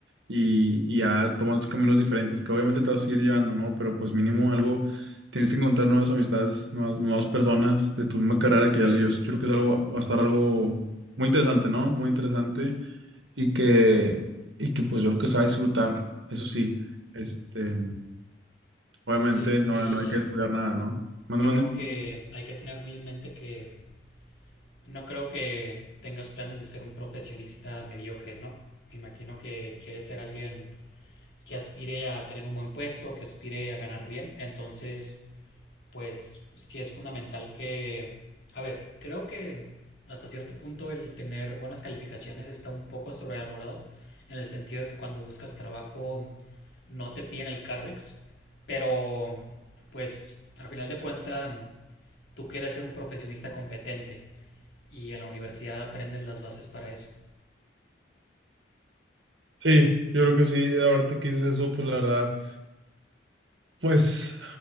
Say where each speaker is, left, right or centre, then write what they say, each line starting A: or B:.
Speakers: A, on the right; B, on the left.
A: y, y ya tomas caminos diferentes que obviamente te vas a ir llevando, ¿no? Pero pues mínimo algo, tienes que encontrar nuevas amistades, nuevas, nuevas personas de tu misma carrera que ya le- yo, yo creo que es algo, va a estar algo muy interesante, ¿no? Muy interesante y que, y que pues yo creo que se va a disfrutar, eso sí. Este, Obviamente
B: sí.
A: no,
B: Y
A: no hay que descuidar nada, ¿no? Manda,
B: Creo
A: manda.
B: que hay que tener muy en mente que mm, no creo que tengas planes de ser un profesionista mediocre, ¿no? Me imagino que quieres ser alguien que aspire a tener un buen puesto, que aspire a ganar bien. Entonces, pues sí es fundamental que... A ver, creo que hasta cierto punto el tener buenas calificaciones está un poco sobrevalorado, en el sentido de que cuando buscas trabajo no te piden el Cardex, pero pues a final de cuentas tú quieres ser un profesionista competente y en la universidad aprendes las bases para eso.
A: Sí, yo creo que sí, ahorita que dices eso, pues la verdad, pues